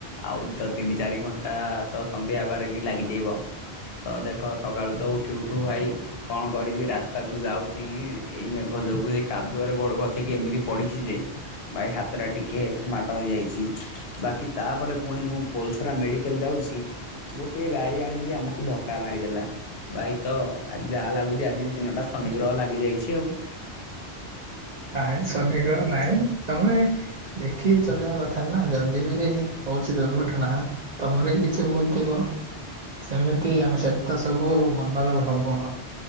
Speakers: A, on the left; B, on the right.
A: ଆହୁରି ତ ତିନି ଚାରି ଘଣ୍ଟା ତ ସନ୍ଧ୍ୟା ହେବାରେ ବି ଲାଗିଯିବ ତ ଦେଖ ସକାଳୁ ତ ଉଠି ଉଠୁ ଭାଇ କଣ କରିବି ରାସ୍ତା କୁ ଯାଉଛିି ଏଇ ମେଘ ଯୋଗୁ ସେଇ କାଦୁଅରେ ଗୋଡ ଖଷିକି ଏମିତି ପଡ଼ିଛି ଯେ ଭାଇ ହାତ ହାତଟା ଟିକେ ମାଡ ହୋଇଯାଇଛି ବାକି ତାପରେ ପୁଣି ମୁଁ ପୋଲସରା ମେଡ଼ିକାଲ ଯାଉଛି। ଗୋଟିଏ ଗାଡି ଆଣିକି ଆମକୁ ଧକ୍କା ମାରିଦେଲା। ଭାଇ ତ ଯାହା ଲାଗୁଛି ଆଜି ଦିନଟା ଶନି ଗ୍ରହ ଲାଗି ଯାଇଛି ଆଉ।
B: ନାଇଁ ଶନିଗ୍ରହ ନାହିଁ ତମେ ଦେଖିକି ଚଲେଇବା କଥା ନା ଯଦି ବି ହଉଛି ଦୁର୍ଘଟଣା। ତମର ହିଁ କିଛି ଭୁଲଥିବ। ସେମିତି ଆମେ ସେ ତ ସବୁ ମନର ଭ୍ରମ।